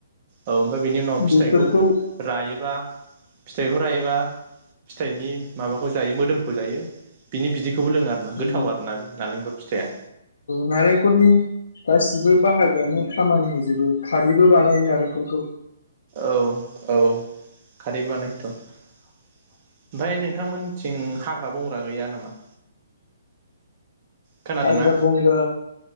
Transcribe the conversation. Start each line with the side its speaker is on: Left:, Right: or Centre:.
Right: औ ओमफ्राय बेनि उनाव फिथाइखौ
Left: बेफोरखौ
Right: रायोबा फिथाइखौ ओमफ्राय एबा फिथाइनि माबाखौ जायो मोदोमखौ जायो बिनि बिदै खौबो लोङो आरो ना गोथाव
Left: उम
Right: आरो ना नालेंखर फिथाइआ
Left: नारेंखलनि गासिबो बाहागोआनो खामानि होजोबो खारैबो बानायो नारेंखलखौ
Right: औ औ खारै बानायोथ' ओमफ्राय नोंथांमोनथिं हाग्रा बंग्रा गैया नामा खोनादोंना?
Left: हाग्रा बंग्रा